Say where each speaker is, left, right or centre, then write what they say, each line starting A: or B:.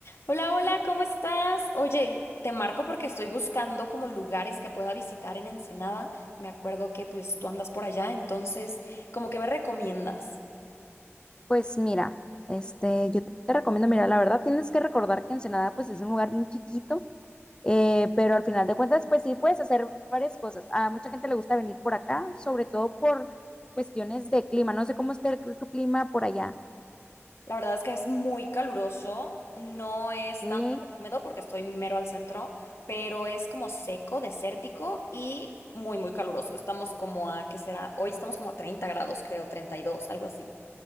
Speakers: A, on the left (about 65°); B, on the left (about 20°).
A: Hola, hola, ¿cómo estás? Oye, te marco porque estoy buscando como lugares que pueda visitar en Ensenada. Me acuerdo que pues tú andas por allá, entonces, como que me recomiendas?
B: Pues mira, este, yo te recomiendo, mira, la verdad tienes que recordar que Ensenada pues es un lugar bien chiquito, eh, pero al final de cuentas pues sí puedes hacer varias cosas. A mucha gente le gusta venir por acá, sobre todo por cuestiones de clima. No sé cómo esté el cl- tu clima por allá,
A: La verdad es que es muy caluroso, no es
B: ¿ok?
A: tanto húmedo porque estoy mero al centro, pero es como seco, desértico y muy, muy caluroso. Estamos como a, ¿qué será? Hoy estamos como a 30 grados, creo, 32, algo así.